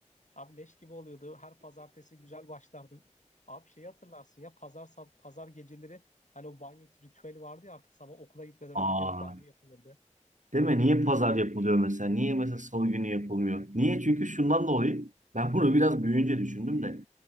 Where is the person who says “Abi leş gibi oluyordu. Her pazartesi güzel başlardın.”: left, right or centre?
Left